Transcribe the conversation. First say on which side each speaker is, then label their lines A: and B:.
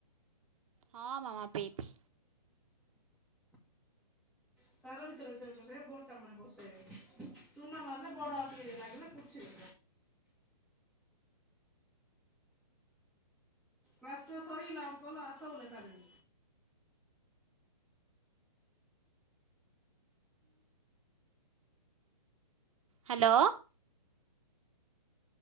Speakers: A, on the right (about 50°); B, in the centre.
A: ହଁ ମାମା ପିଇ ପି।
B: <unintelligible> ହେ ବଡଟା ମାନେ ବସେ। ଚୁନା ମାରିଲେ ବଡ଼ ଆଉ ଟିକେ ଲାଗିଲେ ପୁଛି <inaudible> ପ୍ଲାଷ୍ଟର ସରିଲା କଲ ଆସ ବୋଲେ ତାଙ୍କେ।
A: ହାଲୋ।